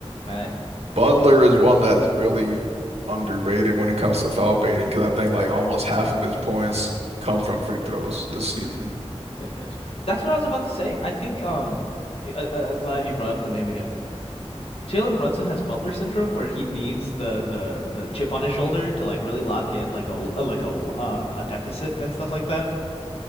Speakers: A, on the left; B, on the right.
A: all right,
B: Butler is one that's really underrated when it comes to foul baiting because I think like almost half of his points come from free throws this season.
A: I guess that's what I was about to say. I think um, y- I, I, am glad you brought up the name again. Jalen Brunson has Butler syndrome, where he needs the the the chip on his shoulder to like really lock in, like a like a uh, a deficit and stuff like that.